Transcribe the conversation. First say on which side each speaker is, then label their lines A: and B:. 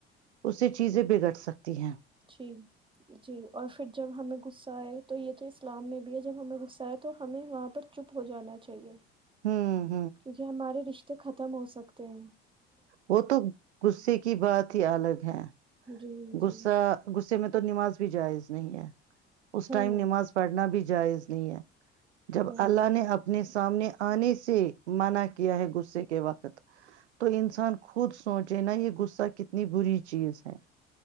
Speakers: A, on the right; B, on the right.
A: اس سے چیزیں بگڑ سکتی ہیں
B: جی جی اور پھر جب ہمیں غصہ آئے تو یہ تو اسلام میں بھی ہے جب ہمیں غصہ ہےئے تو ہمیں وہاں پر چپ ہو جانا چاہیے
A: ہاں
B: کیونکہ ہمارے رشتے ختم ہو سکتے ت
A: وہ تو غصے کی بات ہی الگ ہے
B: جی
A: گغصا
B: جی
A: گ اس میں تو نماز بھی جائز نہیں ہے اس
B: ہوں
A: ٹائم نماز پڑھنا بھی جائز نہیں ہے جب
B: ہوں
A: اللہ نے اپنے سامنے آنے سے منع کیا ہے غصے کے وقت تو انسان خود سوچے نا یہ غصہ کتنی بری چیز ہے